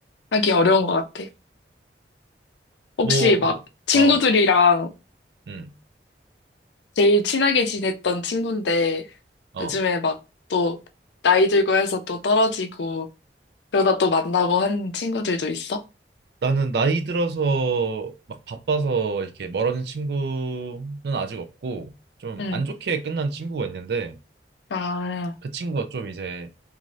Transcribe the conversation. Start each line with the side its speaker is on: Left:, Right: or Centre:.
Left: 하기 어려운 것 같아. 혹시
Right: 뭐,
Left: 막
Right: 뭐,
Left: 친구들이랑
Right: 어, 응,
Left: 제일 친하게 지냈던 친구인데
Right: 어.
Left: 요즘에 막 또 나이 들고 해서 또 떨어지고 그러다 또 만나고 한 친구들도 있어?
Right: 나는 나이 들어서 막 바빠서 이렇게 멀어진 친구는 아직 없고 좀
Left: 응.
Right: 안 좋게 끝난 친구가 있는데
Left: 아,
Right: 그 친구가 좀 이제